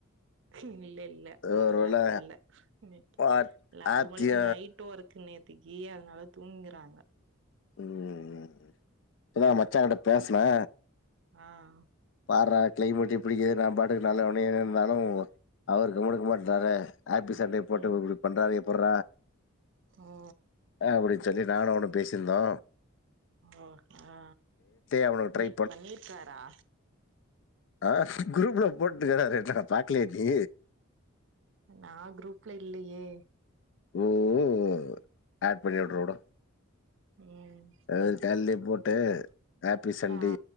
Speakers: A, on the right; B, on the left.
A: இல்ல இல்ல அதெல்லா
B: ஒருவேளை
A: போடல இன்னிக்
B: பா-
A: இல்ல
B: ஆத்திய
A: அவங்களுக்கு நைட் ஒர்க் நேத்தக்கி இல்ல அதனால தூங்குறாங்க
B: உஹ் இப்பதா மச்சான்கிட்ட பேச் ல
A: ஆஹ்
B: பார்ரா கிளைமேட் எப்டி இருக்கு, நா பாட்டுக்கு நல்லவனையே இருந்தாலு அவரு உங்களுக்கு மட்டும் தாரேன் ஆப்பி சண்டையை போட்டுபண்றா
A: ம்
B: ப்புற
A: ஓ
B: அ அப்டி சொல்லி நானு அவனு பேசு தெரிதா
A: ஆ அ
B: அவனுக்கு
A: இன்னிக்
B: ட்ரை
A: பண்ணிர்க்காறா
B: ஆ குரூப்ல போட்டுக்கிறாறே என்ன பாக்லயா நீ
A: நா குரூப்ல இல்லயே
B: உம் உ அட் பண்ணி விட்டுருவோ உடு
A: ம்
B: அது வேற கால்லேயே போட் ட்ட ஹாப்பி சண்டே
A: ஆ